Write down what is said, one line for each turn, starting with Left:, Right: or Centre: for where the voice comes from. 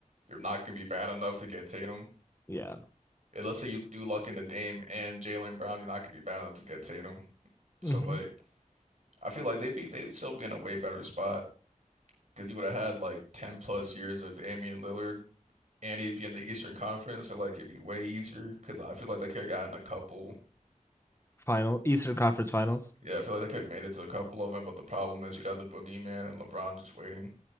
Right: you're not gonna be bad enough to get Tatum.
Left: Yeah.
Right: And let's say you do luck into Dame and Jaylen Brown, you're not gonna be bad enough to get Tatum. So
Left: hmm
Right: like, I feel like they'd be they'd still be in a way better spot because you would have had like 10 plus years of Damian Lillard, and he'd be in the Eastern Conference, so like it'd be way easier. Because I feel like they could have gotten a couple.
Left: Final Eastern Conference Finals.
Right: Yeah, I feel like they could have made it to a couple of them, but the problem is you'd have the boogeyman and LeBron just waiting.